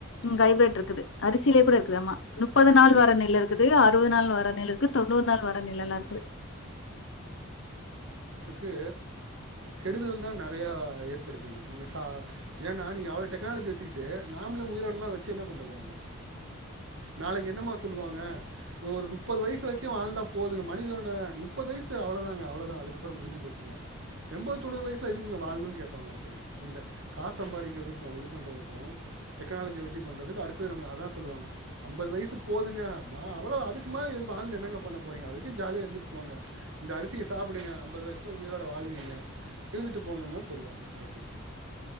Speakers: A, on the left; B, on the right.
A: உம்
B: ம்
A: ஹைப்ரட் இருக்குது அரிசிலே
B: ம்
A: கூட இருக்குது ஆமா முப்பது நாள்
B: ஆமாம்
A: வர நெல் இருக்குது
B: ஆ
A: அறுவது நாள் வர நெல் இருக்கு தொண்ணூறு
B: ம்
A: நாள்
B: ம்
A: வர நெல் எல்லா
B: ம்
A: இருக்குது
B: கு கெடுதல்தா நெறயா ஏற்படுத்துது <unintelligible> ஏன்னா நீங்க அவ்ளோ டெக்னாலஜி வச்சுக்கிட்டு நாமளு உயிரோ இதலா வச்சி என்ன பன்றது நம்ம நாளைக்கு என்னமா சொல்லுவாங்க இவன் ஒரு முப்பது வயசு வரைக்கு வாழ்ந்தா போதுங்க மனிதனுட முப்பது வயசு அவ்ளோதாங்க அவ்ளோதா அதுக்கப்பறொ முடிஞ்சு போச்சுங்க எம்பது தொண்ணூறு வயசுலா எதுக்குங்க வாழனுனு கேப்பாங்க அடுத்தது இந்த காசு சம்பாரிக்ரதுக்கும் இதுபன்றதுக்கும் டெக்னாலஜி வச் ச்சி பண்றதுக்கு அடுத்து நம்மள அதா சொல்லுவாங்க அம்பது வயசு போதுங்க மா அவ்ளோ அதுக்கு மேல எதுக் வாழ்ந்து என்னங்க பண்ண போறீங்க அதுக்கு ஜாலியா இருந்துட்டு போங்க இந்த அரிசிய சாப்புடுங்க அம்பது வயசுதா உயிரோட வாழ்வீங்க இருந்துட்டு போங்கன்னா சொல்லுவாங்க அடுத்தது